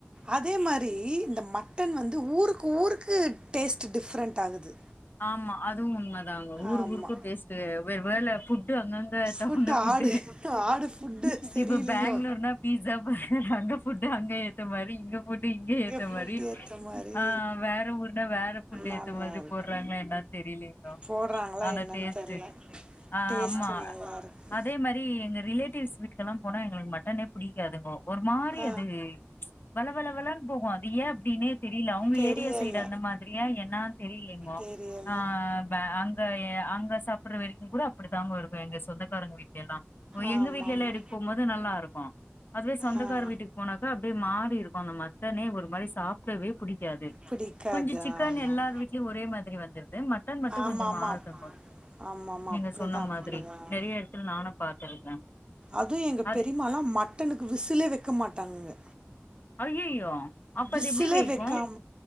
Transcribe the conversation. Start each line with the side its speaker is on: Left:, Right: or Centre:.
Right: அதே மாரி இந்த மட்டன் வந்து ஊருக்கு ஊருக்கு டேஸ்ட் டிஃப்ரெண்ட் ஆகுது
Left: ஆமா அதுவு உண்ம தாங்க ஊரு
Right: ஆமா
Left: ஊருக்கு டேஸ்டு வே வேற ஃபுட்டு அங்கங்க
Right: ஃபுட்
Left: தகுந்த ஃபுட்டு
Right: ஆடு ஆடு ஃபுட்டு சரியில்லையோ
Left: இப்ப பேங்ளூர்னா பீஸா பர்கர் அங்க ஃபுட்டு் அங்க ஏத்த மாரி இங்க ஃபுட்டு் இங்க ஏத்த
Right: ஃபுட்
Left: மாரி
Right: ஏத்த மாரி
Left: ஆ வேற ஊர்னா வேற ஃபுட்டு்
Right: நல்லா
Left: ஏத்த மாரி
Right: இருக்கு
Left: உட்றாங்ளா என்னன் தெரிலங்கோ
Right: போடுறாங்களா
Left: ஆனா
Right: என்னன்னு
Left: டேஸ்ட்டு
Right: தெர்ல
Left: ஆமா
Right: டேஸ்ட்டு நல்லா இருக்கு
Left: அதே மாரி எங்க ரிலேட்டிவ்ஸ் வீட்டுக்கெல்லா போனா எங்களுக்கு மட்டனே புடிக்காதுங்கோ ஒரு மாரி
Right: ஆ
Left: அது வள வள வளன் போகு அது ஏ அப்டின்னே தெரியல அவங்க
Right: தெரியல
Left: ஏரியா சைடு அந்த மாதிரியா என்னான் தெரி
Right: தெரியல
Left: ஆ அங்க அ அங்க சாப்டுற வரைக்கு கூட அப்டித்தாங்கோ இருக்கு எங்க சொந்தக்காரங்க வீட்லைல்லா ஓ
Right: ஆமா
Left: எங்க வீட்லைல்லா
Right: ஆமா
Left: எடுக் போது நல்லா இருக்கு அதுவே சொந்தக்கார
Right: ஆ
Left: வீட்டுக்கு போனாக்க அப்டியே மாறி இருக்கும் அந்த மட்டனே ஒரு மாரி ஷ் சாப்பிடவே புடிக்காது
Right: பிடிக்காது
Left: கொஞ்சம் சிக்கன்
Right: ஆமாம்
Left: எல்லார் வீட்லயு ஒரே மாதிரி வந்துருது மட் டன் மட்டும்
Right: ஆமாம் ஆமாம்
Left: கொஞ்ச மாறுதுங்கோ
Right: ஆமாம் ஆமாம்
Left: நீங்க
Right: அப்படிதான்
Left: சொன்ன
Right: அப்படிதான்
Left: மாதிரி நெறைய எடத்துல நானு பாத்துருக்கே
Right: அதுவு எங்க
Left: அது
Right: பெரிமாலா மட்டனுக்கு விசுலே வக்க மாட்டாங்க
Left: ஐயையோ அப்ப
Right: விசில
Left: அது எப்டி வேகும்
Right: வக்காம